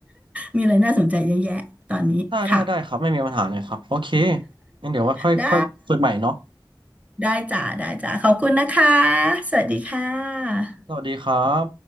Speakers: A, on the right (about 15°); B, on the right (about 80°).
A: มีอะไรน่าสนใจเยอะแยะตอนนี้ค่ะ
B: ได้ได้ได้ครับไม่มีปัญหาเลยครับโอเคงั้นเดี๋ยวว่าค่อยค่อยคุยใหม่เนาะ
A: ได้ได้จ้ะได้จ้ะขอบคุณนะคะสวัสดีค่ะ
B: สวัสดีครับ